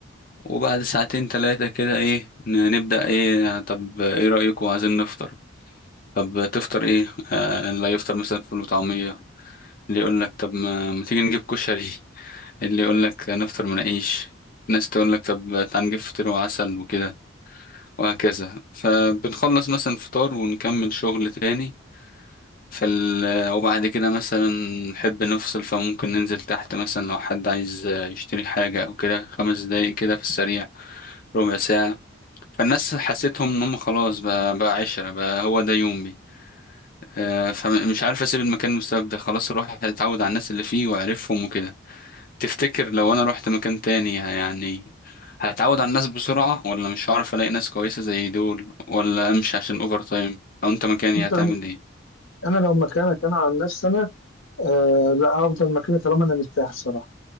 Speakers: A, on the left; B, on the left.
A: وبعد ساعتين تلاتة كده ايه ن- نبدأ ايه طب ايه رأيكم عايزين نفطر طب تفطر ايه آه اللي يفطر مثلا فول وطعمية اللي يقول لك طب ما ما تيجي نجيب كشري اللي يقول لك نفطر مناقيش ناس تقول لك طب تعال نجيب فطير وعسل وكده وهكذا فبنخلص مثلا فطار ونكمل شغل تاني فال... وبعد كده مثلا نحب نفصل فممكن ننزل تحت مثلا لو حد عايز يشتري حاجة أو كده خمس دقايق كده في السريع ربع ساعة فالناس حسيتهم ان هم خلاص بقى بقى عشرة بقى هو ده يومي آه، فمش عارف اسيب المكان بسبب ده خلاص الواحد اتعود على الناس اللي فيه وعرفهم وكده تفتكر لو انا رحت مكان تاني يعني هتعود على الناس بسرعة ولا مش هعرف الاقي ناس كويسة زي دول ولا امشي عشان اوفر تايم لو انت مكاني
B: انت
A: هتعمل ايه
B: انا لو مكانك انا عن نفسي انا آه لا هفضل مكاني طالما انا مرتاح الصراحه